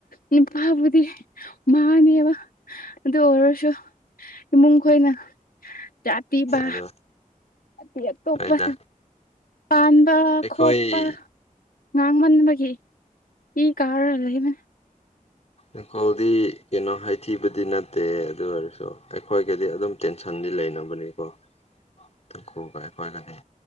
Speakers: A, on the left; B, on the left.
A: ꯅꯨꯄꯥꯕꯨꯗꯤ ꯃꯥꯅꯦꯕ꯫ ꯑꯗꯨ ꯑꯣꯏꯔꯁꯨ ꯏꯃꯨꯡ ꯈꯣꯏꯅ ꯖꯥꯠꯇꯤꯕ꯫
B: ꯑꯗꯣ
A: ꯑꯇꯩ ꯑꯇꯣꯞꯄ
B: ꯍꯣꯏꯗ
A: ꯄꯥꯟꯕ
B: ꯑꯩꯈꯣꯏ
A: ꯈꯣꯠꯄ꯫ ꯉꯥꯡꯃꯟꯕꯒꯤ꯫ E car ꯂꯩꯃꯦ꯫
B: ꯏꯪꯈꯣꯜꯗꯤ ꯀꯩꯅꯣ ꯍꯥꯏꯊꯤꯕꯗꯤ ꯅꯠꯇꯦ ꯑꯗꯨ ꯑꯣꯏꯔꯁꯨ ꯑꯩꯈꯣꯏꯒꯗꯤ ꯑꯗꯨꯝ꯫ ꯇꯦꯟꯁꯟꯗꯤ ꯂꯩꯅꯕꯅꯤꯀꯣ꯫
A: <inaudible>
B: ꯅꯀꯨꯒ ꯑꯩꯈꯣꯏꯒꯗꯤ